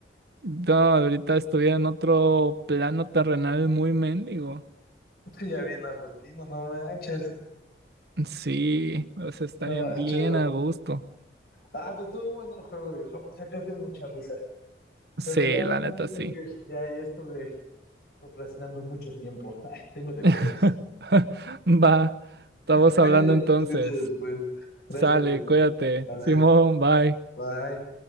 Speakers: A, on the right (about 60°); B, on the left (about 55°).
A: No, ahorita estuviera en otro plano terrenal muy mendigo.
B: Sí, ya bien, Agustino, no manches.
A: Sí, o sea, estaría
B: No manches,
A: bien
B: bro.
A: a gusto.
B: Ah, pues estuvo bueno el juego, viejo. Sacaste mucha risa.
A: Sí,
B: Pero ya,
A: la
B: ya
A: neta,
B: me tengo
A: sí.
B: que ir. Ya, ya estuve procrastinando mucho tiempo. <laughs> tengo deberes.
A: <laughs> Va, estamos
B: Ahí
A: hablando
B: nos andamos
A: entonces.
B: viendo después. Gracias,
A: Sale,
B: viejo.
A: cuídate.
B: Vale,
A: Simón, bye.
B: bye.